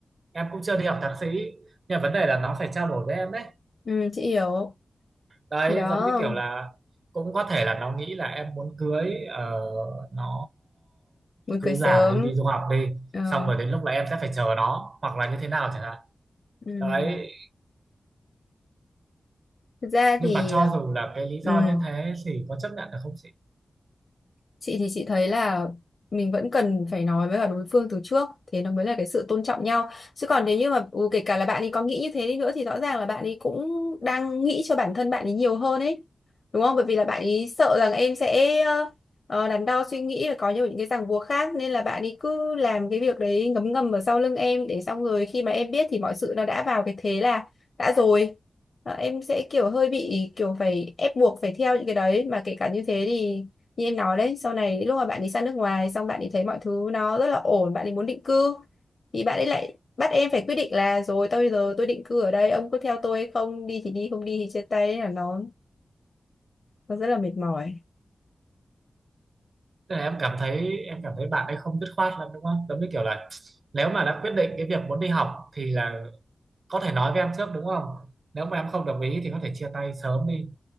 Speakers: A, on the right; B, on the left.
A: Em cũng chưa đi học thạc sĩ nhưng mà vấn đề là nó phải trao đổi với em đấy.
B: Ừ, chị hiểu.
A: Đấy
B: Thì đó,
A: giống như kiểu là cũng có thể là nó nghĩ là em muốn cưới ờ, nó
B: muốn
A: cứ
B: cưới sớm.
A: làm đi đi du học đi
B: Ờ,
A: xong rồi đến lúc là em sẽ phải chờ nó hoặc là như thế nào chẳng hạn.
B: ừ.
A: Đấy
B: Thực ra
A: nhưng
B: thì
A: mà cho dù là cái lý
B: ừ.
A: do như thế thì có chấp nhận được không
B: chị thì chị thấy là mình vẫn cần phải nói với cả đối phương từ trước thế nó mới là cái sự tôn trọng nhau chứ còn nếu như mà ừ, kể cả là bạn ấy có nghĩ như thế đi nữa thì rõ ràng là bạn ấy cũng đang nghĩ cho bản thân bạn ấy nhiều hơn ấy đúng không bởi vì là bạn ấy sợ rằng em sẽ ờ, ờ, đắn đo suy nghĩ và có nhiều những cái ràng buộc khác nên là bạn ấy cứ làm cái việc đấy ngấm ngầm ở sau lưng em để xong rồi khi mà em biết thì mọi sự nó đã vào cái thế là đã rồi Ờ, em sẽ kiểu hơi bị kiểu phải ép buộc phải theo những cái đấy mà kể cả như thế thì như em nói đấy sau này lúc mà bạn ấy sang nước ngoài xong bạn ấy thấy mọi thứ nó rất là ổn bạn ấy muốn định cư thì bạn ấy lại bắt em phải quyết định là rồi tôi giờ tôi định cư ở đây ông có theo tôi hay không đi thì đi không đi thì chia tay Thế là nó nó rất là mệt mỏi
A: Tức là em cảm thấy em cảm thấy bạn ấy không dứt khoát lắm đúng không? Giống như kiểu là nếu mà đã quyết định cái việc muốn đi học thì là có thể nói với em trước đúng không? Nếu mà em không đồng ý thì có thể chia tay sớm đi,